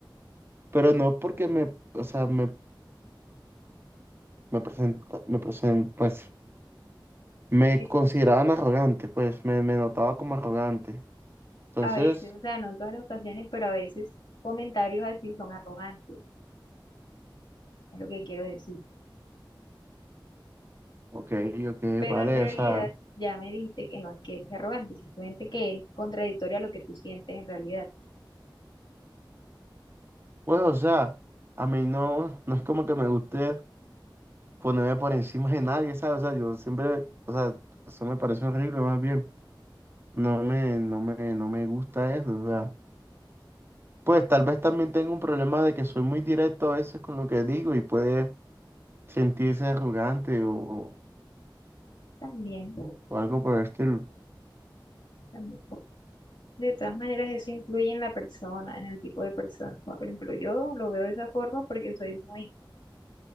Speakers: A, on the right; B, on the left.
A: Pero no porque me, o sea, me, me presenta, me presen- pues me
B: sí,
A: consideraban arrogante, pues me, me notaba como arrogante. Entonces,
B: a veces, o sea, no en todas las ocasiones, pero a veces comentarios así son arrogantes, es lo que quiero decir.
A: ok, ok,
B: pero
A: vale,
B: en realidad
A: o sea,
B: ya me dijiste que no es que eres arrogante, simplemente que es contradictorio a lo que tú sientes en realidad.
A: pues, o sea, a mí no, no es como que me guste ponerme por encima de nadie, ¿sabes? O sea, yo siempre, o sea, eso me parece horrible, más bien. No me, no me, no me gusta eso, o sea, pues tal vez también tengo un problema de que soy muy directo a veces con lo que digo y puede sentirse arrogante o, o-
B: También,
A: o algo por el estilo.
B: también. De todas maneras, eso influye en la persona, en el tipo de persona. Por ejemplo, yo lo veo de esa forma porque soy muy,